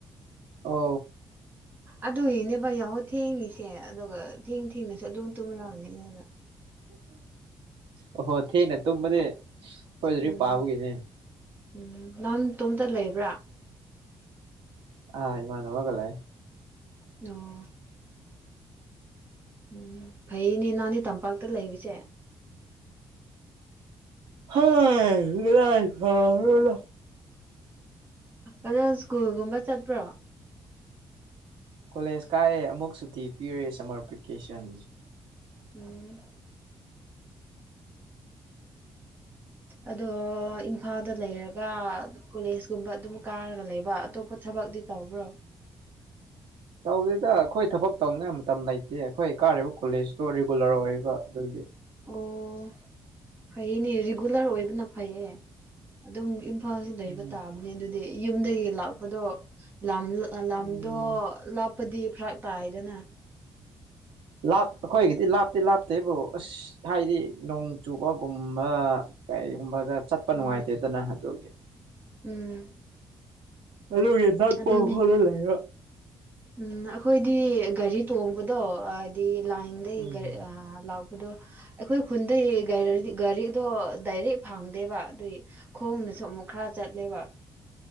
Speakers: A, on the right (about 85°); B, on the right (about 25°).
A: ꯑꯣ
B: ꯑꯗꯨꯒꯤꯅꯦꯕ ꯌꯥꯍꯧ ꯊꯦꯡꯉꯤꯁꯦ ꯑꯗꯨꯒ ꯊꯦꯡ ꯊꯦꯡꯅꯁꯨ ꯑꯗꯨꯝ ꯇꯨꯝꯔꯝꯅꯤꯗ ꯅꯪ
A: ꯑꯣꯍꯣ ꯊꯦꯡꯅ ꯇꯨꯝꯕꯗꯤ ꯈꯣꯏ ꯂꯥꯏꯔꯤꯛ
B: ꯎꯝ
A: ꯄꯥꯕꯒꯤꯅꯦ
B: ꯎꯝ ꯅꯪ ꯇꯣꯝꯇ ꯂꯩꯕ꯭ꯔꯥ
A: ꯑꯁ ꯑꯥ ꯏꯃꯥꯟꯅꯕꯒ ꯂꯩ
B: ꯅꯣ ꯎꯝ ꯐꯩꯌꯦꯅꯦ ꯅꯪꯗꯤ ꯇꯝꯄꯥꯛꯇ ꯂꯩꯕꯁꯦ
A: ꯍꯥꯏ ꯀꯗꯥꯏ ꯐꯕꯅꯣꯗꯥ
B: ꯑꯗꯣ ꯁ꯭ꯀꯨꯜꯒꯨꯝꯕ ꯆꯠꯄ꯭ꯔꯣ
A: ꯀꯣꯂꯦꯖ ꯀꯥꯏꯌꯦ ꯑꯃꯨꯛ ꯁꯨꯇꯤ ꯄꯤꯔꯦ ꯁꯝꯃꯔ ꯚꯦꯀꯦꯁꯟ
B: ꯎꯝ ꯑꯗꯣ ꯏꯝꯐꯥꯜꯗ ꯂꯩꯔꯒ ꯀꯣꯂꯦꯖꯀꯨꯝꯕ ꯑꯗꯨꯝ ꯀꯥꯔꯒ ꯂꯩꯕ ꯑꯇꯣꯞꯄ ꯊꯕꯛꯇꯤ ꯇꯧꯕ꯭ꯔꯣ
A: ꯇꯧꯗꯦꯗꯥ ꯑꯈꯣꯏ ꯊꯕꯛ ꯇꯧꯅꯤꯡꯉꯥꯏ ꯃꯇꯝ ꯂꯩꯇꯦ ꯑꯩꯈꯣꯏ ꯀꯥꯔꯤꯕ ꯀꯣꯂꯦꯖꯇꯣ ꯔꯤꯒꯨꯂꯔ ꯑꯣꯏꯕ ꯑꯗꯨꯒꯤ
B: ꯑꯣ ꯐꯩꯅꯦ ꯔꯤꯒꯨꯂꯔ ꯑꯣꯏꯕꯅ ꯐꯩꯌꯦ ꯑꯗꯨꯝ ꯏꯝ ꯐꯥꯜꯁꯨ ꯂꯩꯕ
A: ꯎꯝ
B: ꯇꯥꯕꯅꯤ ꯑꯗꯨꯗꯤ ꯌꯨꯝꯗꯒꯤ ꯂꯥꯛꯄꯗꯣ ꯂꯥꯝ ꯂꯝꯗꯣ
A: ꯎꯝ
B: ꯂꯥꯞꯄꯗꯤ ꯐꯔꯛ ꯇꯥꯏꯗꯅ
A: ꯂꯥꯞ ꯑꯩꯈꯣꯏꯒꯤꯗꯤ ꯂꯥꯞꯇꯤ ꯂꯥꯞꯇꯦꯕꯨ ꯑꯁ ꯍꯥꯏꯗꯤ ꯅꯣꯡ ꯆꯨꯕꯒꯨꯝꯕ ꯀꯩꯒꯨꯝꯕꯗ ꯆꯠꯄ ꯅꯨꯡꯉꯥꯏꯇꯦꯗꯅ
B: ꯎꯝ
A: ꯑꯗꯨꯒꯤ
B: ꯎꯝ
A: ꯑꯗꯨꯒꯤ ꯅꯛꯄ
B: ꯑꯗꯨꯅꯦ
A: ꯃꯐꯝꯗ ꯂꯩꯕ
B: ꯎꯝ ꯑꯈꯣꯏꯗꯤ ꯒꯥꯔꯤ ꯇꯣꯡꯕꯗꯣ ꯑꯗꯤ ꯂꯥꯏꯟꯗꯩ
A: ꯎꯝ
B: ꯒꯥ ꯑ ꯂꯥꯛ ꯄꯗꯣ ꯑꯩꯈꯣꯏ ꯈꯨꯟꯗꯩ ꯒꯥꯏꯔꯤ ꯒꯥꯔꯤꯗꯣ ꯗꯥꯏꯔꯦꯛ ꯐꯪꯗꯦꯕ ꯑꯗꯨꯏ ꯈꯣꯡꯅ ꯁꯨ ꯑꯃꯨꯛ ꯈꯔ ꯆꯠꯂꯦꯕ